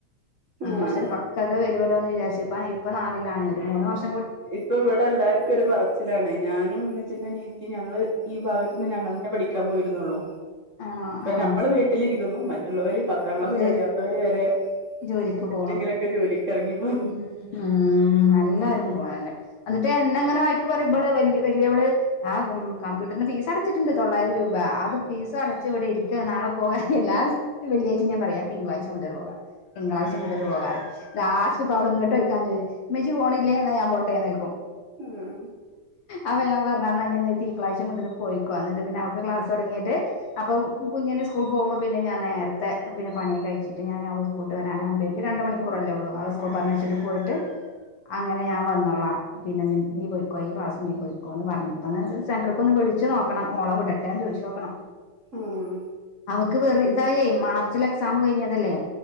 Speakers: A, on the right; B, on the left.
A: ആഹ്
B: കുറച്ചൊരു പക്വത വരുമല്ലോ എന്ന് വിചാരിച്ചു ഇപ്പ ഇപ്പൊ നാലിലാണ് ഒരു മൂന്ന് വർഷ
A: ഇപ്പൊ ഇവിടെ എല്ലാർക്കും ഒരു പറച്ചി ലാണ് ഞാനും ഉമ്മച്ചിൻ്റെ അനിയത്തിം ഞങ്ങള് ഈ ഭാഗത്തന്ന് ഞങ്ങളന്നെ പഠിക്കാൻ പോയിരുന്നുള്ളോ
B: ആഹ് അ
A: നമ്മള് വീട്ടിലിരിക്കുന്നു മ മറ്റുള്ളവര് പത്താം ക്ലാസ്
B: ഇത്
A: കഴിയാത്തവര് വരെ
B: ജോലിക്ക്
A: എന്തെങ്കിലുക്കെ
B: പോണു
A: ജോലിക്ക് ഇറങ്ങിപ്പോ
B: ഉം ഉം എല്ലാരും പോണുണ്ട് എന്നിട്ട് എന്നെ അങ്ങനെ വയക്ക് പറയും ഇവള് വല്യവള് ആഹ് കമ്പ്യൂട്ടറിന് ഫീസ് അടച്ചിട്ടുണ്ട് തൊള്ളായിരം രൂപ അത് ഫീസും അടച്ച് ഇവിടെ ഇരിക്കുവാ നാളെ പോകാ എല്ലാ <unintelligible> ഞാൻ പറയാ തിങ്കളാഴ് മുതൽ പോകാം തിങ്കളാഴ്ച മുതൽ പോകാറയും ലാസ്റ്റ് ഇപ്പൊ അവളിങ്ങ <unintelligible> ഉമ്മച്ചി പോണില്ലേ എന്ന ഞാൻ പോട്ടേന്ന് ചോയ്ക്കും
A: ഉം
B: അപ്പ ഞാൻ പറഞ്ഞാന്നാ നീ തിങ്കളാഴ്ച്ച മുതൽ പോയിക്കോ എന്നിട്ട് പിന്നെ അവർക്ക് ക്ലാസ് തുടങ്ങിട്ട് അപ്പം കുഞ്ഞിന് സ്കൂൾ പോകുമ്പോ പിന്നെ ഞാൻ നേരത്തെ <unintelligible> പിന്നെ പണിയെക്കൊ കഴിച്ചിട്ട് ഞാൻ അവള് സ്കൂളിട്ട് വരാനാവുമ്പോക്ക് രണ്ട് മണിക്കൂറല്ലേ ഉള്ളൂ അവള് സ്കൂൾ പറഞ്ഞയച്ചിട്ട് പോയിട്ട് അങ്ങനെ ഞാൻ വന്നോളാ പിന്നെ നീ പോയിക്കോ ഇയ്യ് ക്ലാസ് നീ പോയിക്കോ എന്ന് പറഞ്ഞ് ഒന്ന് സെന്റർക്ക് ഒന്ന് വിളിച്ച് നോക്കണം മോളോ വിട <unintelligible> ചോയിച്ച് നോക്കണം
A: ഉം
B: മക്ക് വെറു ഇതായേ മാർച്ചിൽ എക്സാം കഴിഞ്ഞതല്ലേ